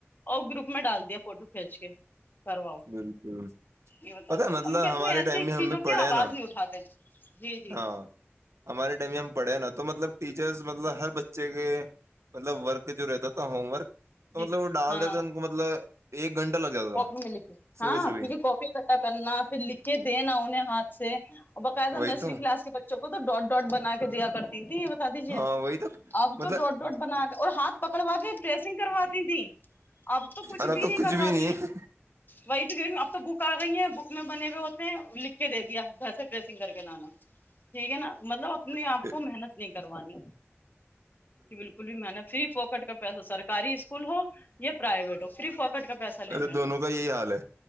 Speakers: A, on the left; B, on the right.
A: اور گروپ میں ڈال دیا فوٹو کھینچ کے کرواؤ
B: بالکل
A: یہ بتا
B: پتا
A: دو
B: مطلب
A: امی میں کہتی
B: ہمارے
A: ایسی
B: ٹائم میں ہم
A: چیزوں
B: بھی پڑھے
A: کی آواز
B: ہیں نا
A: نہیں اٹھاتے جی جی
B: ہاں ہمارے ٹائم میں ہم پڑھے نا تو مطلب ٹیچرس مطلب ہر بچے کے مطلب ورک جو رہتا تھا ہوم ورک تو
A: جی
B: مطلب وہ ڈال
A: ہاں
B: دی تھے ان کو مطلب ایک گھنٹہ لگ جاتا تھا
A: پہلے
B: صبح
A: ہاں
B: سے
A: پھر
B: ہی
A: بھی کاپی اکٹھا کرنا پھر لکھ کے دینا انہیں ہاتھ سے اور باقاعدہ
B: وہی
A: نرسری
B: تو
A: کلاس کے بچوں کو تو ڈاٹ ڈاٹ بنا کے دیا کرتی تھی یہ بتا دیجے
B: ہاں وہی تو
A: اب تو
B: مطلب
A: ڈوڈ ڈڈ بنا کے اور ہاتھ پکڑوا کے ڈریسنگ کرواتی تھیں اب تو کچھ
B: ارا
A: بھی نہیں
B: کچھ
A: کرواتا
B: <inaudible>
A: وہی تو گئی ہوں اب تو بک آ گئی ہیں بک میں بنے ہوئے ہوتے ہیں لکھ کے دے دیا گھر سے پریسنگ کر کے لانا
B: <inaudible>
A: ٹھیک ہے نا مطلب اپنے
B: ہے
A: آپ کو محنت نہیں کروانی بالکل بھی میں نے فری پکٹ کا پیسہ سرکاری اسکول ہو یا پرائیویٹ ہو فری فکٹ کا پیسہ لے
B: ارے
A: رہے ہیں
B: دونوں
A: بس
B: کا یہی حال ہے